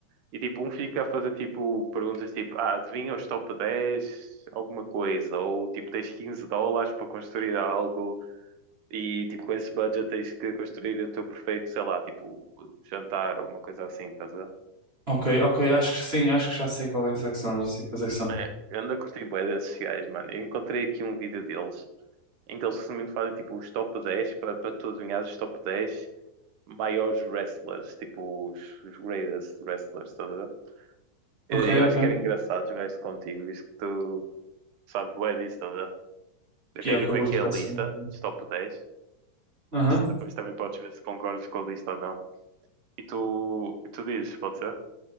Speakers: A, on the right; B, on the right.
A: e tipo, um fica a fazer tipo perguntas tipo, ah, adivinha os top 10, alguma coisa, ou tipo, tens 15 dólares para construir algo, e tipo, com esse budget tens que construir o teu perfeito, sei lá, tipo, jantar ou uma coisa assim, tá?
B: Ok, ok, acho que sim, acho que já sei qual é que são, já sei quais é que são.
A: É, eu ando a curtir bué desses gajos, mano. Eu encontrei aqui um vídeo deles em que eles resumindo fazem tipo os top 10 para, para tu adivinhares os top 10 maiores wrestlers, tipo os, os greatest wrestlers, estás a ver? Eu,
B: Ok,
A: eu
B: ok.
A: acho que era engraçado jogar isso contigo, visto que tu sabes bué disso, estás a ver? Eu
B: Piá,
A: tenho tipo
B: que eu curto
A: aqui a
B: bastante.
A: lista dos top dez
B: Aham.
A: Se Depois também podes ver se concordas com a lista ou não. E tu, e tu dizes, pode ser?